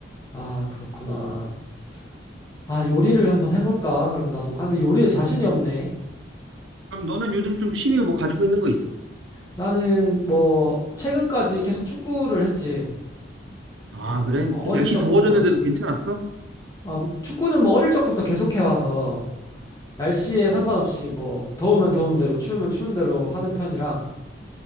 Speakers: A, on the left; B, on the right.
A: 아, 그렇구나. 아, 요리를 한번 해볼까? 그럼 나도. 아, 근데 요리에 자신이 없네.
B: 그럼 너는 요즘 좀 취미 뭐 가지고 있는 거 있어?
A: 나는 뭐 최근까지 계속 축구를 했지.
B: 아,
A: 어,
B: 그래?
A: 어, 어릴
B: 좀 날씨
A: 적부터.
B: 더워졌는데도 괜찮았어?
A: 아, 뭐 축구는 뭐 어릴 적부터 계속해 와서 날씨에
B: 그치.
A: 상관없이 뭐 더우면 더운 대로 추우면 추운 대로 하는 편이라